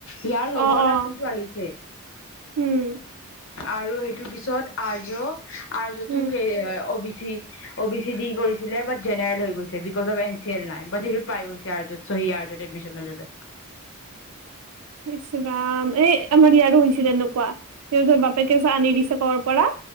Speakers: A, on the left; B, on the right.
A: ইয়াৰ লগৰ
B: অ
A: এটা
B: অ
A: কিন্তু আহিছে
B: উম
A: আৰু সেইটোৰ পিছত আৰ্য আৰু য'তো‌‌
B: উম
A: হেৰি হয়, ক'বি। অ বি চি দি কৰিছিলে, বাট জেনেৰেল হৈ গৈছে, because of N C L নাই। সেইটো পাই গৈছে আৰু যত চহী আৰু যত এডমিশ্যন যতে
B: ইচ্ ৰাম! এই আমাৰ ইয়াৰো হৈছিল এনেকুৱা, তেওঁ যে, বাপেকে যে আনি দিছে কৰবাৰ পৰা